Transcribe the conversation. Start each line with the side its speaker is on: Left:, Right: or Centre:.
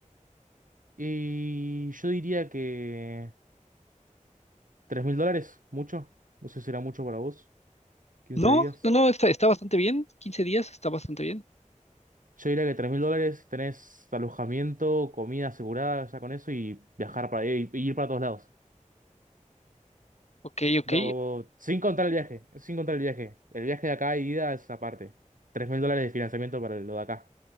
Right: Y yo diría que... ¿Tres mil dólares? ¿Mucho? No sé si será mucho para vos. ¿15
Left: No,
Right: días?
Left: no, no, está, está bastante bien. 15 días está bastante bien.
Right: Yo diría que 3 mil dólares tenés alojamiento, comida asegurada ya con eso y viajar para y- y ir para todos lados.
Left: Ok, ok.
Right: Lo- sin contar el viaje, sin contar el viaje. El viaje de acá y ida es aparte. tres mil dólares de financiamiento para lo de acá,